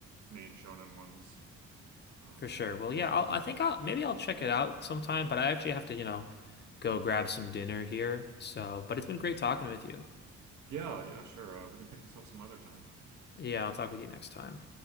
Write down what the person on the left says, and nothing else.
for sure. Well, yeah, I'll, I think I'll maybe I'll check it out sometime, but I actually have to, you know. go grab some dinner here. So, but it's been great talking with you.
Yeah, I'll talk with you next time.